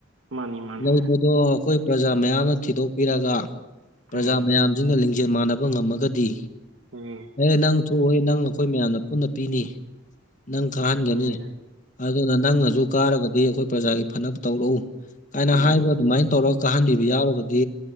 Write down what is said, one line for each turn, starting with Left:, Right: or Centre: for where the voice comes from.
Right: ꯃꯥꯅꯤ ꯃꯥꯅꯤ
Left: ꯂꯩꯕꯗꯣ ꯑꯩꯈꯣꯏ ꯄ꯭ꯔꯖꯥ ꯃꯌꯥꯝꯅ ꯊꯤꯗꯣꯛꯄꯤꯔꯒ ꯄ꯭ꯔꯖꯥ
Right: ꯎꯝ
Left: ꯃꯌꯥꯝ ꯁꯤꯡꯅ ꯂꯤꯡꯖꯦꯜ ꯃꯥꯟꯅꯕ ꯉꯝꯃꯒꯗꯤ
Right: ꯎꯝ
Left: ꯑꯦ ꯅꯪ ꯊꯣꯛꯑꯣꯍꯦ ꯅꯪ ꯑꯩꯈꯣꯏ ꯃꯌꯥꯝꯅ ꯄꯨꯟꯅ ꯄꯤꯅꯤ ꯅꯪ ꯀꯥꯍꯟꯒꯅꯤ
Right: ꯎꯝ
Left: ꯑꯗꯨꯅ ꯅꯪꯅꯁꯨ ꯀꯥꯔꯒꯗꯤ ꯑꯩꯈꯣꯏ ꯄ꯭ꯔꯖꯥꯒꯤ ꯐꯅ ꯇꯧꯔꯛꯎ ꯀꯥꯏꯅ
Right: ꯎꯝ ꯎꯝ
Left: ꯍꯥꯏꯕ ꯑꯗꯨꯃꯥꯏꯅ ꯇꯧꯔꯒ ꯀꯥꯍꯟꯕꯤꯕ ꯌꯥꯎꯔꯒꯗꯤ